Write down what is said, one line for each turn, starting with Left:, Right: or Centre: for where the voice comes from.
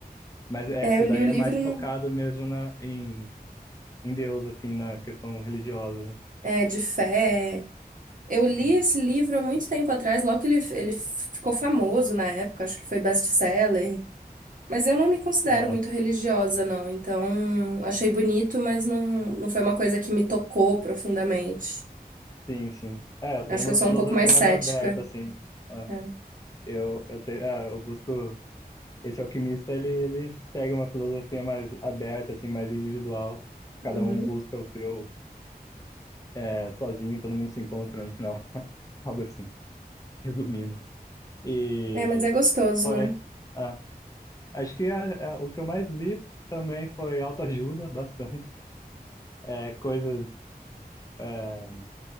Left: Mas é,
Right: É,
Left: esse
Right: eu li
Left: daí
Right: o livro
Left: é mais focado
Right: no-
Left: mesmo na, em, em Deus, assim, na questão religiosa, né?
Right: é, de fé. Eu li
Left: Sim.
Right: esse livro há muito tempo atrás, logo que ele, ele ficou famoso na época, acho que foi best-seller. Mas eu não me considero
Left: Aham.
Right: muito religiosa, não. Então, achei bonito, mas não, não foi uma coisa que me tocou profundamente.
Left: Sim, sim. É, eu tenho
Right: Acho
Left: uma
Right: que eu sou
Left: filosofia
Right: um pouco mais
Left: mais
Right: cética.
Left: aberta, assim. Ah.
Right: É,
Left: Eu, eu, te, é, eu busco. Esse alquimista, ele, ele segue uma filosofia mais aberta, assim, mais individual. Cada
Right: uhum.
Left: um busca o seu, é, sozinho, todo mundo se encontra no final. <laughs> Algo assim, resumindo. E
Right: É, mas é gostoso,
Left: fora.
Right: né?
Left: É, acho que é, é, o que eu mais li também foi autoajuda, <laughs> bastante. É, coisas. É, deixa